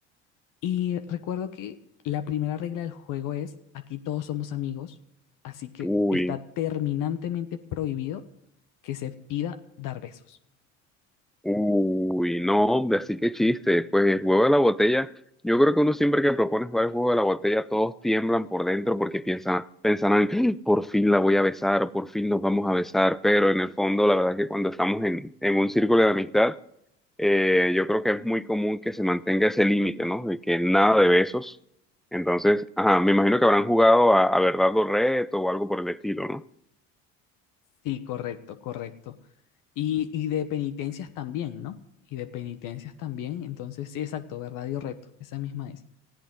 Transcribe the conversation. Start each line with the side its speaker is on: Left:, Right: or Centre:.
Left: Y recuerdo que la primera regla del juego es, aquí todos somos amigos, así que
Centre: Uy.
Left: está terminantemente prohibido que se pida dar besos.
Centre: Uy, no, hombre, así que chiste. Pues el juego de la botella, yo creo que uno siempre que propone jugar el juego de la botella, todos tiemblan por dentro porque piensan, piensan en, "¡Ah! por fin la voy a besar o por fin nos vamos a besar, pero en el fondo, la verdad que cuando estamos en, en un círculo de amistad, eh, yo creo que es muy común que se mantenga ese límite, ¿no? De que nada de besos. Entonces, ajá, me imagino que habrán jugado a, a verdad o reto o algo por el estilo, ¿no?
Left: Sí, correcto, correcto. Y, y de penitencias también, ¿no? Y de penitencias también. Entonces, sí, exacto, verdad y reto, esa misma es.